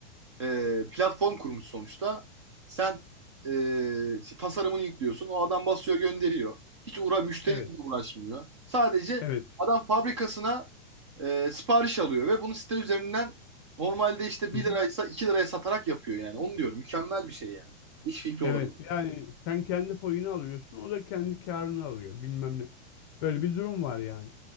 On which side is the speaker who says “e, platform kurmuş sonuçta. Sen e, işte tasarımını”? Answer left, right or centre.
Right